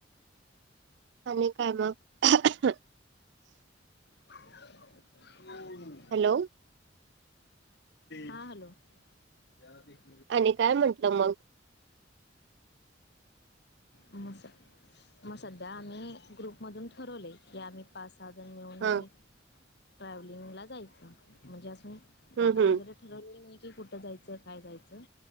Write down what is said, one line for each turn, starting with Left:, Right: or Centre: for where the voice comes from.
Right: आणि काय मग?
Left: हम् <inaudible>
Right: हॅलो.
Left: हा हॅलो <inaudible>
Right: आणि काय म्हटलं मग
Left: मग स मग सध्या आम्ही ग्रुपमधून ठरवले या आम्ही पाच सहा जनी मिळून म्हणजे
Right: हा
Left: ट्रॅव्हलिंग ला जायचं म्हणजे अजून
Right: हम्म
Left: जागा
Right: हम्म
Left: वगैरे ठरवले नाही की कुठं जायचं काय जायचं